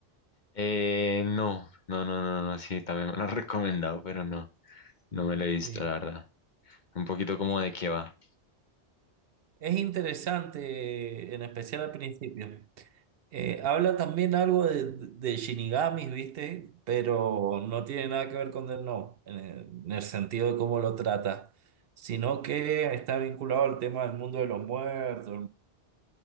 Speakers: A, on the left (about 45°); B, on the right (about 65°).
A: eh, no, no, no, no, no, sí, también me lo han <laughs> recomendado, pero no. No me lo he visto,
B: Sí.
A: la verdad. Un poquito como
B: E-
A: de qué va.
B: Es interesante, en especial al principio. Eh, habla también algo de, de Shinigamis, ¿viste? Pero no tiene nada que ver con Death Note, en el, en el sentido de cómo lo trata, sino que está vinculado al tema del mundo de los muertos,